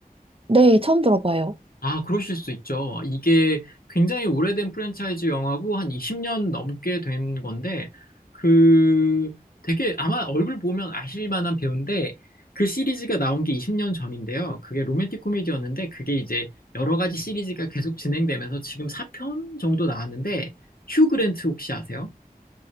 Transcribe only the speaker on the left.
아, 그러실 수 있죠. 이게 굉장히 오래된 프랜차이즈 영화고 한 20년 넘게 된 건데 그 되게 아마 얼굴 보면 아실 만한 배우인데 그 시리즈가 나온 게 20년 전인데요. 그게 로맨틱 코미디였는데 그게 이제 여러 가지 시리즈가 계속 진행되면서 지금 4편 정도 나왔는데 휴 그랜트 혹시 아세요?